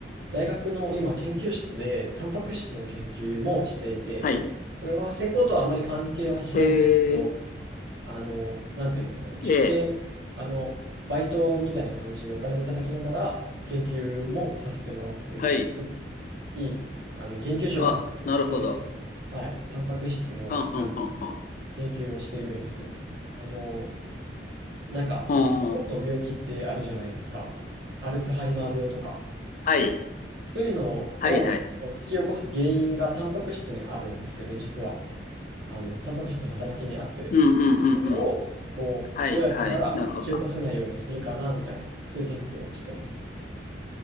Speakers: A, on the right; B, on the left.
A: 大学の今研究室で、タンパク質の研究もしていて、
B: はい。
A: これは専攻とはあまり関係はしないんですけど、
B: ええ、
A: あの、なんていうんですかね、実験、
B: ええ、
A: あの、バイトみたいな感じでお金もいただきながら、研究もさせてもらってるみたいな、
B: はい。
A: 結構いい、あの、研究所があって、
B: あ、なるほど。
A: そこで、はい、タンパク質の、
B: はんはんはんはん。
A: なんか、研究をしているんですよね。あの、なんか、
B: おー
A: 脳の病気ってあるじゃないですか。アルツハイマー病とか。
B: はい。
A: そういうのを、
B: はい、はい。
A: こう引き起こす原因がタンパク質にあるんですよね、実は。あの、タンパク質の働きにあって。
B: うん、うん、うん、
A: それを、
B: うん。
A: こう、
B: はい、
A: どうやったら引き起こさないようにするかなみたいな、
B: はい、なるほど。あ
A: そういう研究をしてます。